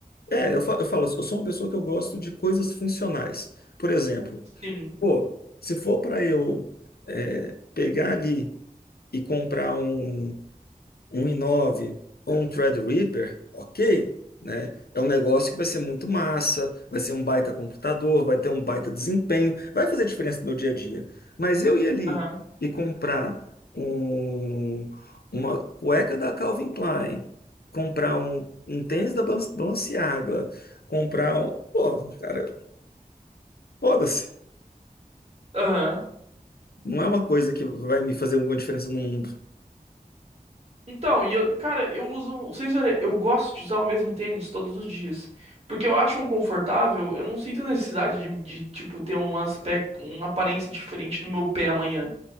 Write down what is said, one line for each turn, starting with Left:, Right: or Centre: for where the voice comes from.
Left: É, eu falo, eu falo, eu sou uma pessoa que eu gosto de coisas funcionais. Por exemplo,
Right: Sim.
Left: pô, se for para eu é, pegar ali e comprar um. um 1,9 com um Threadripper, ok, né? É um negócio que vai ser muito massa, vai ser um baita computador, vai ter um baita desempenho, vai fazer diferença no meu dia a dia. Mas eu ir ali
Right: Aham.
Left: e comprar um- uma cueca da Calvin Klein, comprar um, um tênis da Ban- Balenciaga, comprar. um- Pô, cara, foda-se.
Right: Aham.
Left: Não é uma coisa que vai me fazer alguma diferença no mundo.
Right: Então, e eu, cara, eu uso, vocês verem, eu gosto de usar o mesmo tênis todos os dias, porque eu acho um confortável, eu não sinto necessidade de, de, tipo ter um aspecto, uma aparência diferente no meu pé amanhã.